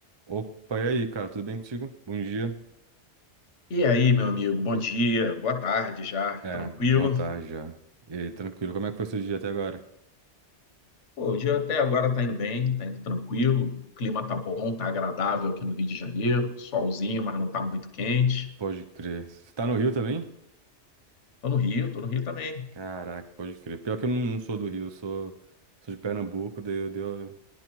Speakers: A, on the right (about 30°); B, on the left (about 85°).
A: Opa, e aí, cara, tudo bem contigo? Bom dia.
B: E aí, meu amigo, bom dia, boa tarde já,
A: É,
B: tranquilo?
A: boa tarde já. E aí, tranquilo, como é que foi seu dia até agora?
B: Pô, o dia até agora tá indo bem, tá indo tranquilo, o clima tá bom, tá agradável aqui no Rio de Janeiro, solzinho, mas não tá muito quente.
A: Pode crer. Você tá no Rio também?
B: Tô no Rio, tô no Rio também.
A: Caraca, pode crer. Pior que eu não, não sou do Rio, eu sou, sou de Pernambuco, daí eu deu